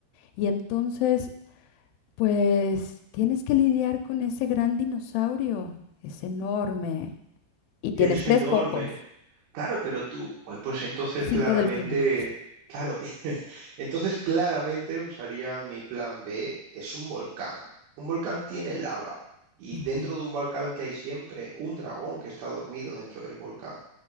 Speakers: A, on the left (about 80°); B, on the right (about 80°).
A: Y entonces, pues, tienes que lidiar con ese gran dinosaurio. Es enorme, y
B: es
A: tienes tres
B: enorme,
A: cocos
B: Claro, pero tú, pues, pues entonces
A: y cinco
B: claramente,
A: delfines.
B: claro, <laughs> entonces claramente usaría mi plan B, es un volcán. Un volcán tiene lava y
A: Ujú.
B: dentro de un volcán que hay siempre un dragón que está dormido dentro del volcán.